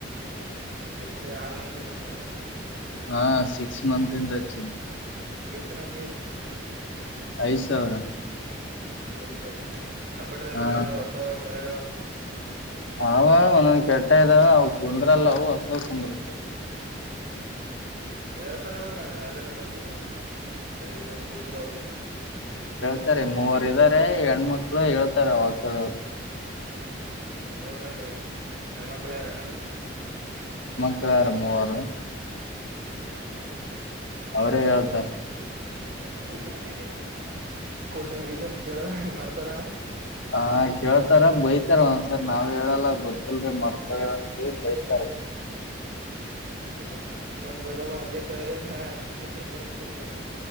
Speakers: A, on the right; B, on the left.
A: ಎಷ್ಟು ಆರು ಮಂತಿಂದ ಹಚೇನು
B: ಹಾ ಸಿಕ್ಸ್ ಮಂತ್ ಇಂದ ಹಚೆನ್
A: ಎಷ್ಟುನ ಫಿಜ್
B: ಐದ್ ಸಾವಿರ
A: ಐದ್ ಸಾವಿರ ಕಂಪ್ಯೂಟರ್ ಕಂಪ್ಯೂಟರ್
B: ಹಾ
A: ಎಲ್ಲ ಹೊಸ ಸರಿಯಾಗವೆ
B: ಅವ ಒಂದೊಂದ ಕೆಟ್ಟ ಇದಾವ ಅವ ಕುಂದ್ರಲ್ಲವು ಹೊಸ ಕುಂದ್ರತ
A: ಹ್ಮ್ ಹ್ಮ್ ಹೇಳ್ತಾರಣ್ಣ ಯಾರ್ಯಾರ ಬಂದೀನಿ ಅದೆ ಟೂಲ್ಸ್ <unintelligible>
B: ಇತಾರೆ ಮೂವರು ಇದ್ದಾರೆ ಹೆಣ್ಮಕ್ಳು ಹೇಳ್ತಾರೆ ಅವಕ್ಕದವರು
A: ಮೂರ್ ಮಂದಿ ಹೆಣ್ಮಕ್ಳ ಯಾರಣ್ಣ
B: ಎರಡ್ ಮೂರು
A: ಹ್ಮ್ ಹ್ಮ್ ಹ
B: ಅವರೇ ಹೇಳ್ತಾರ
A: <inaudible> ಕೋಷನ್ ಗೀಸನ್ ಕೇಳದ್ ಮಾಡ್ತಾರಣ್ಣ
B: ಹ ಕೇಳ್ತಾರ ಬೈತಾರ ಒಂದ್ಸರ್ ನಾವ್ ಹೇಳಲ್ಲ ಗೊತ್ತಿಲ್ರಿ ಮರ್ತೋಯ್ತಾ ಅಂತೀವಿ ಬೈತ
A: <inaudible> ನಮ ಬಲವ ಹಂಗೆ ಸರ್ ಅದ ಇಂಗ್ಲೀಷ್ದಾಗ ಕೇಳತದ ಕ್ವಶನ್